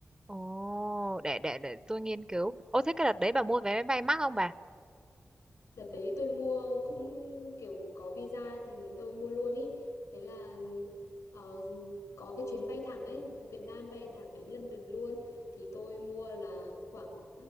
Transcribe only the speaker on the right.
ồ để để để tôi nghiên cứu ô thế cái đợt đấy bà mua vé máy bay mắc không bà